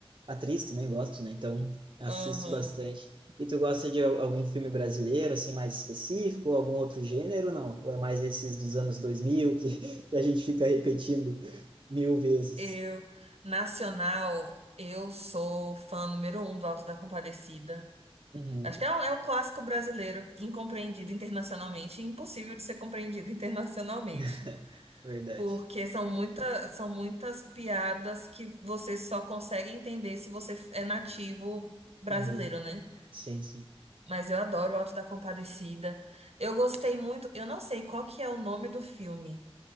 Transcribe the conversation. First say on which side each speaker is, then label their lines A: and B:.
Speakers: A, on the right; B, on the right.
A: Atriz também gosto, né? Então assisto
B: aham.
A: bastante. E tu gosta de al- algum filme brasileiro, assim, mais específico, ou algum outro gênero, não? Ou é mais esses dos anos 2000 que, <laughs> que a gente fica repetindo mil vezes?
B: Eu, nacional, eu sou fã número um do Alto da Compadecida.
A: Uhum.
B: Acho que é um, é um clássico brasileiro incompreendido internacionalmente, e impossível de ser compreendido internacionalmente.
A: <laughs> Verdade.
B: Porque são muita, são muitas piadas que você só consegue entender se você é nativo brasileiro,
A: Uhum.
B: né?
A: Sim, sim.
B: Mas eu adoro o Alto da Compadecida. Eu gostei muito, eu não sei qual que é o nome do filme,